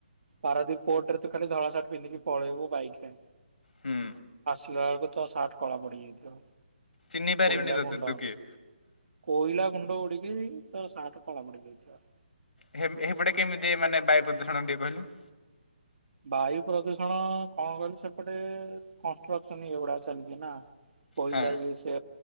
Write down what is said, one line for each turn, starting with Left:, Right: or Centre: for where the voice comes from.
Right: ପାରା ପୋର୍ଟରେ ତୁ ଖାଲି ଧଳା ସାଟେ ପିନ୍ଧିକି ପଳେଇବୁ ବାଇକି ରେ।
Left: ହୁଁ।
Right: ଦେଖିଲାବେଳ କୁ ତୋ ସାଟେ କଳା ପଡିଯାଇଥିବ।
Left: ଚିହ୍ନି ପାରିବୁନି
Right: କୋଇଲା
Left: ତତେ
Right: ଗୁଣ୍ଡ
Left: ତୁ କିଏ?
Right: କୋଇଲା ଗୁଣ୍ଡ ଉଡିକିରି ତମ ସାଟ କଳା ପଡି ଯାଇଥିବ।
Left: ଏହିମ୍ ଏହିପଟେ କେମିତି ମାନେ ବାୟୁ ପ୍ରଦୂଷଣ ଦିଏ କହିଲ।
Right: ବାୟୁ ପ୍ରଦୂଷଣ କଣ କହିଲି ସେପଟେ କନଷ୍ଟ୍ରକ୍ସନ ଇ ଏଭୁଡା ଚାଲିଚି ନା। କହିଲ
Left: ହଁ
Right: ସେ